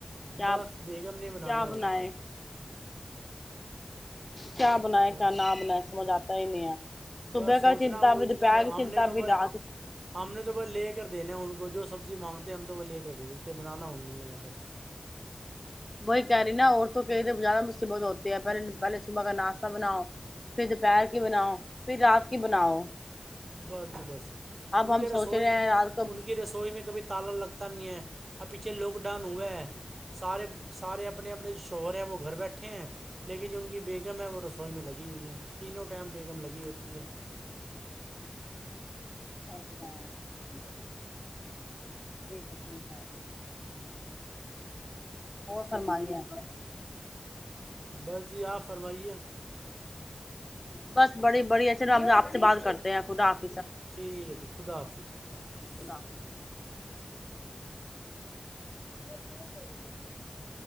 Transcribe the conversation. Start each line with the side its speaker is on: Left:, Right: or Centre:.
Left: کیا
Right: بس بیگم نے بنانا
Left: کیا
Right: ہے اور
Left: بناائے <inaudible> کیا بنائے
Right: چلو
Left: کیا نہ بنائے سمجھ آتا <inaudible> نیا <inaudible> صبح
Right: بس سوچنا
Left: کا چنتا
Right: ووچنا
Left: بھیھی دوپہر
Right: بھائی
Left: کی
Right: ہم
Left: چنتا
Right: نے تو
Left: بھیھی
Right: بھائی
Left: رات <inaudible>
Right: ہم نے تو بس لے کر دینا ان کو جو سبزی مانگتے ہیں ہم تو وہ لے کر دے دیتے بنانا انہوں نے بس <inaudible>
Left: وہی کہہ رہی نا اورورت کہ تو زیادہ مصیبت ہوتی ہے پہلے پہلے صبح کا ناشتہ بناؤ <inaudible> پھر دوپہر کی بناؤ پھر رات کو <inaudible> کہ بناؤ <inaudible>
Right: بس جی بس
Left: اب
Right: ان کی
Left: ہم
Right: رسوئی
Left: سوچ رہے ہیں رات کو
Right: ان کی رسوئی میں کبھی تالا لگتا نہیں ہے <unintelligible> اب پیچھے لواک ڈاؤن ہوا ہے سارے سارے اپنے اپنے جو شوہر ہیں وہ گھر بیٹھے ہیں لیکن جو ان کی بیگم ہے وہ رسوئی میں لگی ہوئی ہیں <unintelligible> تینوں ٹائم بیگم لگی ہوتی ہے <unintelligible>
Left: اچھا ٹھیک ہے ٹھیک ہے ہو فرمائی ہے <inaudible>
Right: بس جی آپ فرمائیے <unintelligible>
Left: بس بڑی بڑی ا چلو ہم آپ سے بات کرتے ہیں خا آپ <inaudible>
Right: ٹھیک ہے جی خدا حافظ جی خدافظ
Left: خدا
Right: <unintelligible>
Left: حافظ اور د پییرے کرتےے <inaudible>